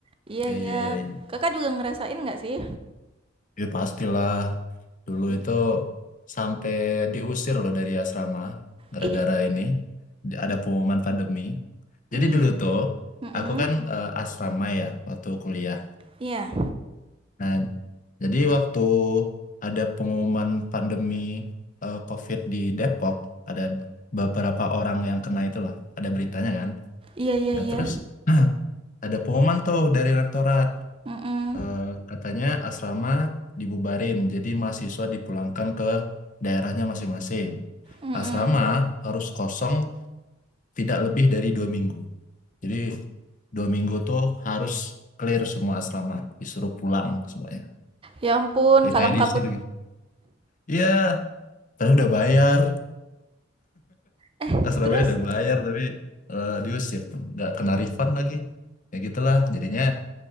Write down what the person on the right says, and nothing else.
Iya
iya,
Kakak juga ngerasain nggak sih?
I-
Ih,
ih,
mm-mm.
Iya,
iya iya
iya,
mm-mm,
mm-mm.
Ya ampun,
kalang
kabut.
Eh,
terus,